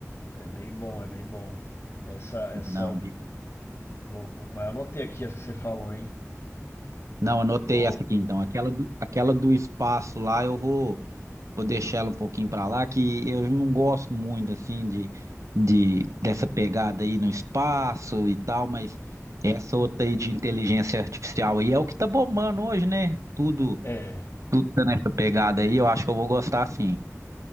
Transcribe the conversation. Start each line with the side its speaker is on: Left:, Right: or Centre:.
Left: É bem bom, é bem bom. Essa, essa.
Right: Não, beleza.
Left: vou- vou- mas eu anotei aqui as que você falou, hein?
Right: Não, anotei
Left: Vou.
Right: essa aqui então. Aquela do, aquela do espaço lá, eu vou, vou deixar ela um pouquinho pra lá, que eu não gosto muito assim de, de dessa pegada aí no espaço e tal, mas essa outra aí de inteligência artificial aí é o que tá bombando hoje, né? Tudo,
Left: É,
Right: tudo tá nessa pegada aí, eu acho que eu vou gostar sim.